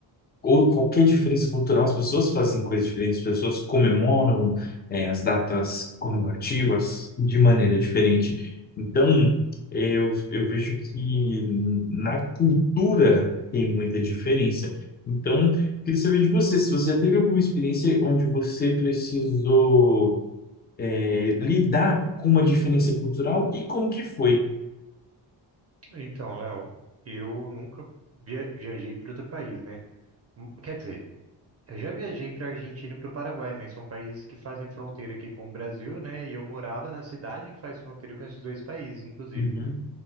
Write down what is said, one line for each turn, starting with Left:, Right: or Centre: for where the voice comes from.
Left: ou qualquer diferença cultural. As pessoas fazem coisas diferentes, as pessoas comemoram, é, as datas comemorativas de maneira diferente. Então, eu, eu vejo que na cultura tem muita diferença. Então, queria saber de você, se você teve alguma experiência onde você precisou é, lidar com uma diferença cultural e como que foi?
Right: Então, Léo, eu nunca via- viajei para outro país, né? Hum, Quer dizer, eu já viajei para Argentina e para o Paraguai, mas são países que fazem fronteira aqui com o Brasil, né? E eu morava na cidade que faz fronteira com esses dois países, inclusive.
Left: Uhum.